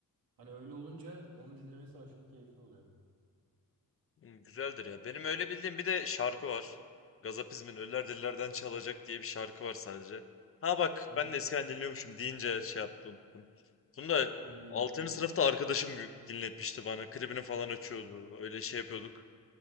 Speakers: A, on the right (about 80°); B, on the left (about 40°).
A: Hani öyle olunca onu dinlemesi aşırı keyifli oluyor.
B: Hmm, Güzeldir ya. Benim öyle bildiğim bir de şarkı var. Gazapizm'in Ölüler Dillerden Çalacak diye bir şarkı var sadece. Ha bak
A: Hı hı.
B: ben de eskiden dinliyormuşum deyince şey yaptım unuttum. Bunu da
A: Yine iyi.
B: 6. sınıfta arkadaşım gü- dinletmişti bana. Klibini falan açıyordu. Öyle şey yapıyorduk.